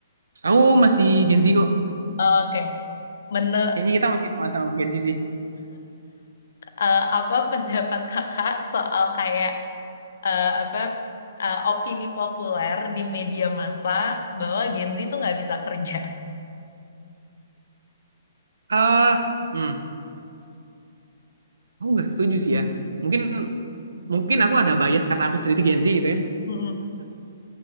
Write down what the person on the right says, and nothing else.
aku masih Gen Z kok
kayaknya kita masih sama-sama Gen Z sih
ah hmm, aku nggak setuju sih ya. Mungkin mungkin aku ada bias karena aku sendiri Gen Z gitu ya.